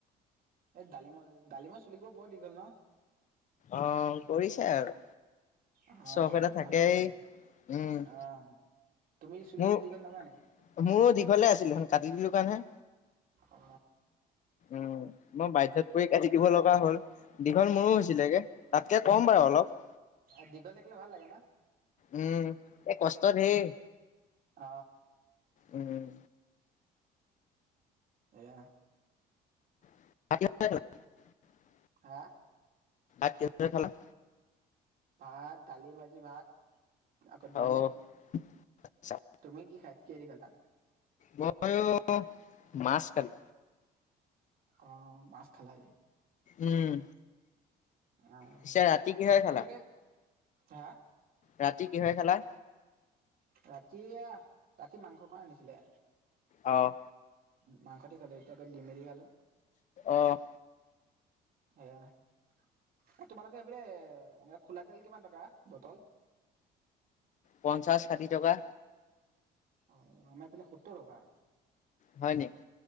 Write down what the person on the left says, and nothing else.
অ কৰিছে আৰু।
চখ এটা থাকেই,
উম।
মোৰ
মোৰো দীঘলে আছিলে চোন কাটি দিলোঁ কাৰণহে।
উম। মই বাধ্যত পৰি কাটি দিব লগা হ'ল দীঘল মোৰো হৈছিলেগে, তাতকে ক'ম বাৰু অলপ।
উম, এ কষ্ট ধেৰ।
উম।
<unintelligible>
ভাত কিহৰ লগত খালা?
অ', আচ্ছা।
মইও মাছ খালো।
উম।
পিছে ৰাতি কিহেৰে খালা?
ৰাতি কিহেৰে খালা?
আঁহ।
অঁহ।
পঞ্চাশ, ষাঠি টকা।
হয় নেকি?